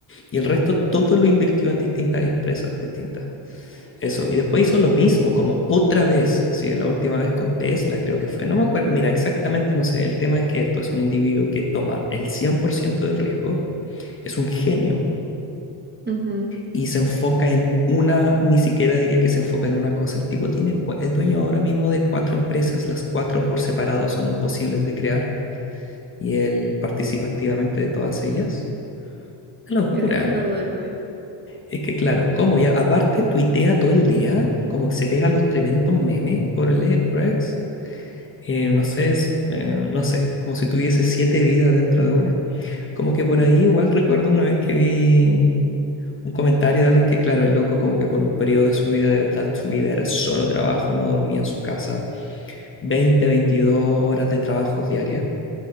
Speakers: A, on the left (about 25°); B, on the right (about 20°).
A: y el resto todo lo invirtió en distintas empresas distintas. Eso, y después hizo lo mismo, como otra vez, así, la última vez con Tesla creo que fue, no me acuerdo, mira, exactamente no sé, el tema es que esto es un individuo que toma el 100% del riesgo, es un genio
B: Ujú.
A: y se enfoca en una, ni siquiera diría que se enfoca en una cosa, el tipo tiene, cua- es dueño ahora mismo de cuatro empresas, las cuatro por separado son imposibles de crear y él participa activamente de todas ellas. Una locura.
B: Yo creo que no duerme.
A: Es que claro, como ya aparte tuitea todo el día, como que se pega los tremendos memes por el por X. eh, no sé, es, eh, no sé, como si tuviese siete vidas dentro de una. Como que por ahí igual recuerdo una vez que vi un comentario de alguien que, claro, el loco como que por un periodo de su vida, de verdad, su vida era solo trabajo, no dormía en su casa, veinte veintidós horas de trabajo diaria.